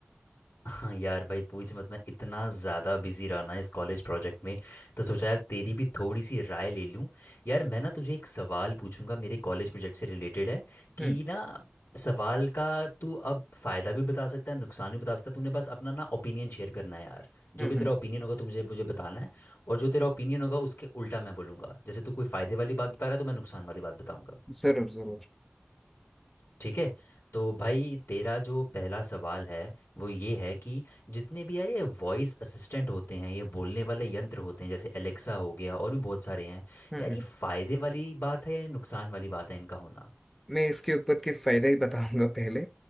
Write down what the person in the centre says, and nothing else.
हम्म
हम्म
हम्म,
जरूर जरूर
हम्म
मैं इसके ऊपर के फायदे ही बताऊंगा पहले